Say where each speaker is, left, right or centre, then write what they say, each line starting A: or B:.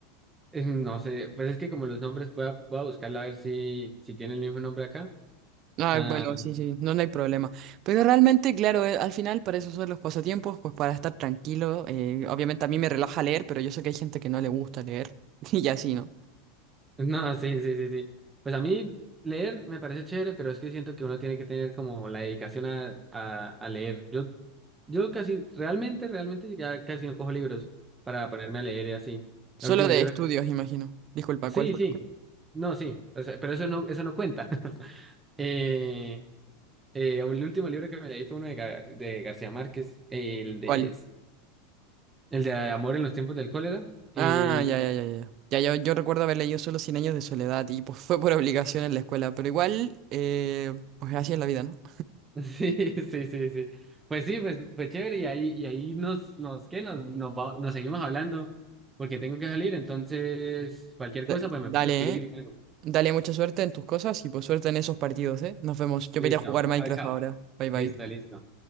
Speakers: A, on the right; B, on the right.
A: <laughs> Eh, No sé, pues es que como los nombres, voy a, voy a buscarla a ver si, si tiene el mismo nombre acá.
B: Ah,
A: Ah,
B: bueno, sí, sí, no, no hay problema. Pero realmente, claro, eh, al final para eso son los pasatiempos, pues para estar tranquilo. eh, obviamente a mí me relaja leer, pero yo sé que hay gente que no le gusta leer. <laughs> Y así, ¿no?
A: <laughs> no, sí, sí, sí, sí. Pues a mí leer me parece chévere, pero es que siento que uno tiene que tener como la dedicación a, a, a leer. Yo, yo casi, realmente, realmente ya casi no cojo libros para ponerme a leer y así.
B: Solo
A: El último
B: de
A: libro.
B: estudios, imagino. Disculpa,
A: Sí,
B: ¿cuál fue?
A: sí. No, sí. o sea, pero eso no, eso no cuenta. <laughs> Eh, eh, el último libro que me leí fue uno de, Ga- de García Márquez, el de
B: ¿Cuál?
A: El de amor en los tiempos del cólera. Y
B: Ah, ya, ya, ya, ya. Ya, yo, yo recuerdo haber leído solo cien años de soledad y pues fue por obligación en la escuela, pero igual, eh, pues así es la vida, ¿no?
A: <laughs> sí, sí, sí, sí. Pues sí, pues fue chévere y ahí, y ahí nos, nos, ¿qué? Nos, nos, va- nos seguimos hablando porque tengo que salir. Entonces, cualquier
B: Da-
A: cosa, pues
B: dale,
A: me puedes escribir.
B: ¿eh?
A: y algo.
B: Dale mucha suerte en tus cosas y pues suerte en esos partidos, ¿eh? Nos vemos. Yo
A: Listo.
B: voy a jugar Minecraft
A: Chao, chao.
B: ahora. Bye, bye.
A: Listo, listo.